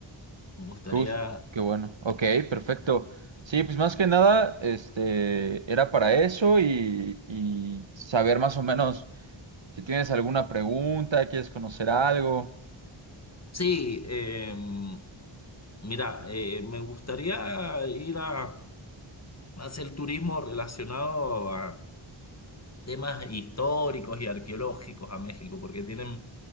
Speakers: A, on the left; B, on the right.
A: me gustaría.
B: Justo, qué bueno. Ok, perfecto. Sí, pues más que nada, este, era para eso y, y saber más o menos si tienes alguna pregunta, quieres conocer algo.
A: Sí, em, mira, eh, me gustaría ir a hacer turismo relacionado a temas históricos y arqueológicos a México, porque tienen